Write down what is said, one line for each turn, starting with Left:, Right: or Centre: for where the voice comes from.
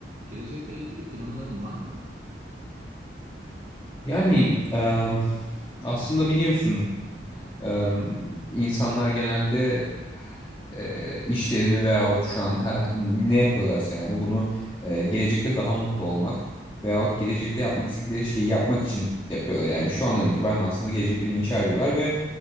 Right: Gelecekle ilgili planların var mı?
Left: Yani em, aslında biliyorsun em, insanlar genelde e, işlerini veyahut şu an her ne yapıyorlarsa yani bunu e, gelecekte daha mutlu olmak veyahut gelecekte yapmak istedikleri şeyi yapmak için yapıyorlar. Yani şu andan itibaren aslında geleceklerini inşa ediyorlar ve